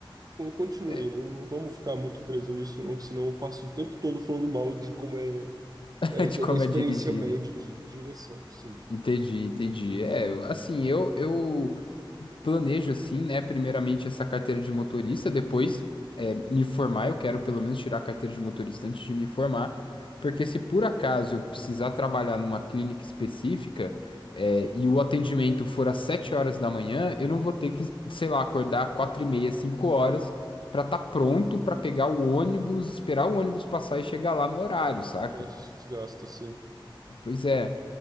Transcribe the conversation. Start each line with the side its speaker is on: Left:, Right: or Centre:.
Right: con- continue,
Left: é,
Right: não, não vamos ficar muito preso nisso, não, que senão eu passo o tempo todo falando mal de como é,
Left: <laughs>
Right: é,
Left: de
Right: da,
Left: como
Right: da experiência
Left: é dirigir,
Right: média
Left: né?
Right: de direção. Sim.
Left: Entendi, entendi. É, eu- assim, eu, eu planejo assim, né? Primeiramente essa carteira de motorista, depois me formar, eu quero pelo menos tirar a carteira de motorista antes de me formar, porque se por acaso eu precisar trabalhar numa clínica específica, é, e o atendimento for às 7 horas da manhã, eu não vou ter que, sei lá, acordar 4 e meia, 5 horas pra estar pronto pra pegar o ônibus, esperar o ônibus passar e chegar lá no horário, saca?
Right: Nossa, isso desgasta, sim.
Left: Pois é.